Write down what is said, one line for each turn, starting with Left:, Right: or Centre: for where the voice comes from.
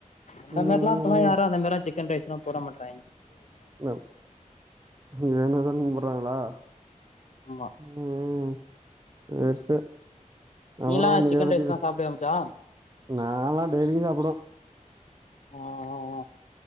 Left: அந்த
Right: ம்
Left: மாரிலா முன்ன மார்லா இப்பல்லா யாரு அந்த மாரி சிக்கன் ரைஸ் எல்லா போட மாட்றாங்க
Right: என ஏனோ தானன் போடுறாங்ளா
Left: ஆமா
Right: ம் சேர் சேர் அப்பறோ
Left: நீலா
Right: இன்னைக்கி
Left: சிக்கன்
Right: எத பத்தி
Left: ரைஸ்லா
Right: பேசு
Left: சாப்டுவியா மச்சா ஆ
Right: நாலா டெய்லியூ சாப்புடு
Left: <unintelligible>